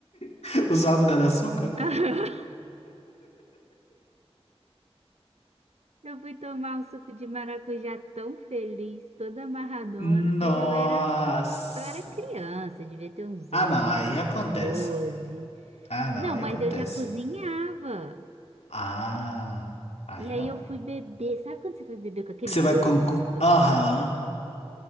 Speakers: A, on the left; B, on the right.
A: <laughs> o sal no lugar do açúcar?
B: <laughs> Eu fui tomar um suco de maracujá tão feliz, toda amarradona,
A: Nossa.
B: mas eu era, eu era criança, devia ter uns
A: Ah,
B: 11,
A: não, aí acontece.
B: 12.
A: Ah, não,
B: Não,
A: aí
B: mas
A: acontece.
B: eu já cozinhava.
A: Ah, aí
B: E aí
A: não.
B: eu fui beber. Sabe quando você foi beber com aquele
A: Você
B: gosto?
A: vai com... com- Aham.